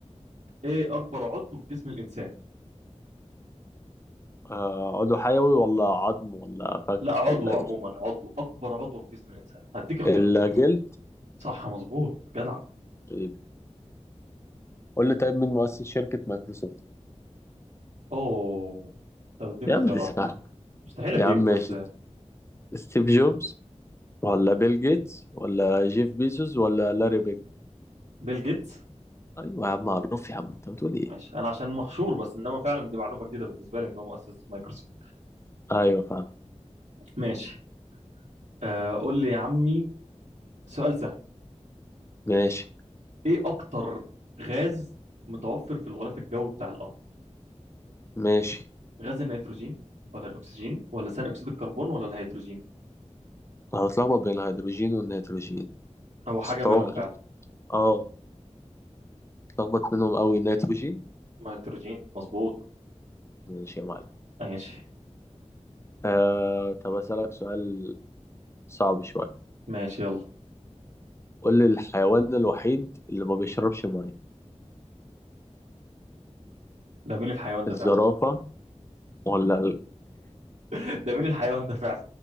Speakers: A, on the right (about 85°); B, on the left (about 20°).
A: ايه اكبر عضو في جسم الانسان
B: آه عضو حيوي ولا عظم ولا فك
A: لا عضو
B: ولا
A: عموما عضو اكبر عضو في جسم الانسان هديك اختيار
B: ايه الجلد
A: صح مظبوط جدع
B: طيب. قول لي طيب مين مؤسس شركة مايكروسوفت
A: اوه طب اديني
B: يا
A: اختيارات
B: عم دي سهلة
A: مستحيل
B: يا
A: اجيبه
B: عم ماشي
A: بس
B: ستيف جوبز ولا بيل جيتس ولا جيف بيزوس ولا لاري بيج
A: بيل جيتس
B: ايوه يا عم معروف يا عم انت بتقول ايه
A: ماشي انا عشان مخشور بس انما فعلا دي معلومه جديده بالنسبه لي ان هو مؤسس مايكروسوفت
B: ايوه فاهم
A: ماشي آه قول لي يا عمي سؤال سهل
B: ماشي
A: ايه اكتر غاز متوفر في الغلاف الجوي بتاع الارض
B: ماشي
A: غاز النيتروجين ولا الاكسجين ولا ثاني اكسيد الكربون ولا الهيدروجين
B: انا بتلخبط بين الهيدروجين والنيتروجين
A: او حاجه
B: بس اتوقع
A: منهم فعلا
B: اه اتلخبط منهم قوي نيتروجين
A: نيتروجين مظبوط
B: ماشي يا معلم
A: ماشي
B: آه... طب اسالك سؤال صعب شويه
A: ماشي يلا
B: قول لي الحيوان الوحيد اللي ما بيشربش ميه
A: ده مين الحيوان ده
B: الزرافه
A: فعلا
B: ولا ال...
A: <laughs> ده مين الحيوان ده فعلا